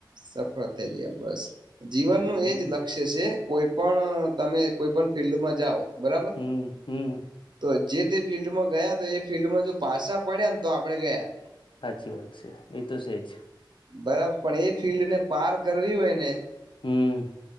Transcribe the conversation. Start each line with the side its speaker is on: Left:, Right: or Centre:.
Right: સફળ થઈ ગયા બસ જીવનનુંું
Left: હમ
Right: એજ લક્ષ્ય છે કોઈ પણ તમે કોઈ પણ ફિલ્ડમાં જાઓ બરાબર
Left: હમ હમ
Right: તો જે તે ફિલ્ડમાં ગયા તો એ ફિલ્ડમાં જો પાસાા પડ્યા ને તો આપડણે ગયા
Left: સાચી વાત છે એ તો છેજ
Right: બરાબર પણ એ ફિલ્ડ ને પાર કરવી હોય ને
Left: હમ